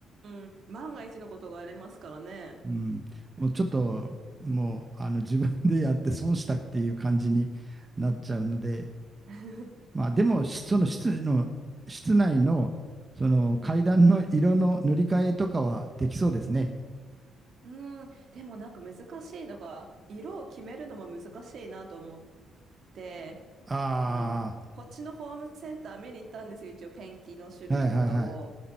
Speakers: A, on the right (about 60°); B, on the right (about 25°).
A: んうんうん。万が一のことがありますからね。
B: うん。もうちょっともうあの自分でやって損したっていう感じになっちゃうので、
A: <laughs>
B: まあでもしその室の、室内のその階段の色の塗り替えとかはできそうですね。
A: うん。でもなんか難しいのが、色を決めるのも難しいなと思って、
B: あ
A: あの、こっちのホームセンター見に行ったんですよ。一応ペンキの種類とかを。
B: あ、はいはいはい。